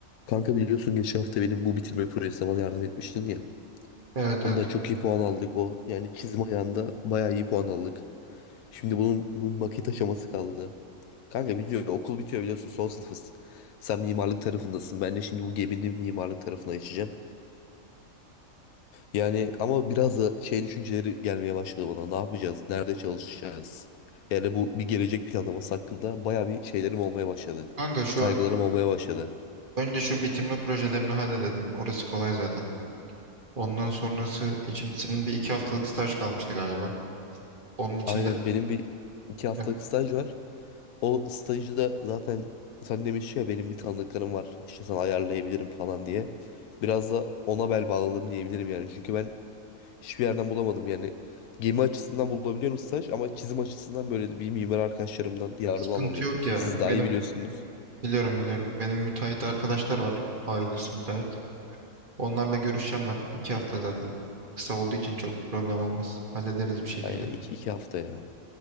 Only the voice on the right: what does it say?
Evet
evet.
Kanka şu
önce şu bitirme projelerini halledelim. Orası kolay zaten. Ondan sonrası için senin bir iki haftalık staj kalmıştı galiba. Onun içinde
yani
sıkıntı
yok
ya.
Benim
biliyorum biliyorum. Benim müteahhit arkadaşlar var. Ailesi müteahhit. Onlarla görüşeceğim ben. İki hafta zaten. Kısa olduğu için çok problem olmaz. Hallederiz bir şekilde.